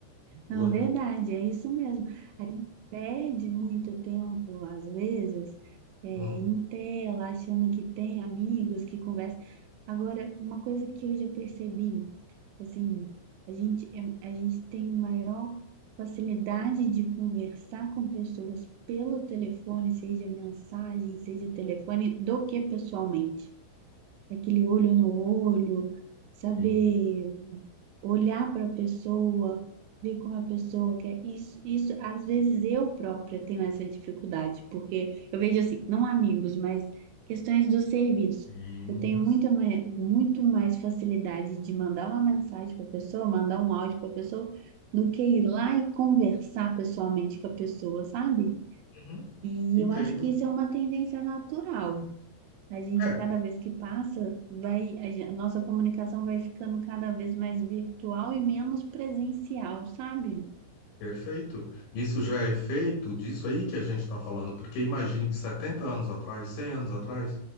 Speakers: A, on the left; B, on the right.
A: Vou-
B: Não, verdade, é isso mesmo. A gente perde muito tempo, às vezes, é,
A: Hum,
B: em tela, achando que tem amigos que conversam. Agora, uma coisa que eu já percebi, assim, a gente, é- a gente tem maior facilidade de conversar com pessoas pelo telefone, seja mensagem, seja telefone, do que pessoalmente aquele olho no olho, saber
A: sim,
B: olhar para a pessoa, ver como a pessoa quer. Isso, isso, às vezes eu própria tenho essa dificuldade, porque eu vejo assim, não amigos, mas questões do serviço.
A: sim.
B: Eu tenho muito mais, muito mais facilidade de mandar uma mensagem para a pessoa, mandar um áudio para a pessoa, do que ir lá e conversar pessoalmente com a pessoa, sabe?
A: sim.
B: E
A: Entendo.
B: eu acho que isso é uma tendência natural. A gente,
A: É,
B: a cada vez que passa, vai, a, gen- a nossa comunicação vai ficando cada vez mais virtual e menos presencial, sabe?
A: perfeito. Isso já é feito disso aí que a gente está falando, porque imagine que 70 anos atrás, 100 anos atrás,